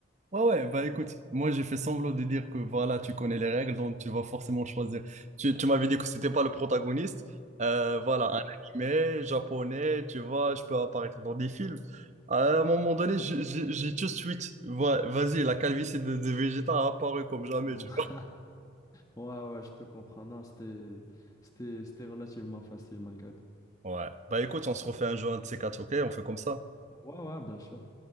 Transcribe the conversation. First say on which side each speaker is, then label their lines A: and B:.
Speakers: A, on the right; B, on the left.
A: Ouais, ouais, bah écoute, moi j'ai fait semblant de dire que voilà, tu connais les règles, donc tu vas forcément choisir. Tu, tu m'avais dit que c'était pas le protagoniste. Euh, voilà, un animé japonais, tu vois, je peux apparaître dans des films. À un moment donné, j'ai j'ai- j'ai tout de suite, ouais, vas-y, la calvitie de, de Vegeta a apparu comme jamais,
B: Ouais.
A: tu
B: Ouais, ouais, je te comprends. Non, c'était, c'était, c'était relativement facile malgré tout.
A: vois. Ouais, bah écoute, on se refait un jeu un de ces quatre, ok? On fait comme ça.
B: Ouais, ouais, bien sûr.